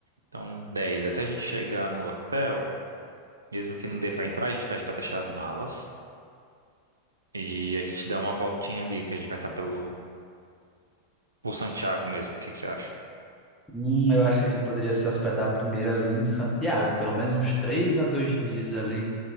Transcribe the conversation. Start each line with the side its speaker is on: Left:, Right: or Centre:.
Right: Então 10 até a gente chegar no hotel, mesmo que não dê pra entrar, a gente pede pra deixar as malas. E a gente dá uma voltinha ali, que a gente vai estar pelo Ou Santiago mesmo, o que que você acha?
Centre: Hum, eu acho que a gente poderia se hospedar primeiro ali em Santiago, pelo menos uns três a dois dias ali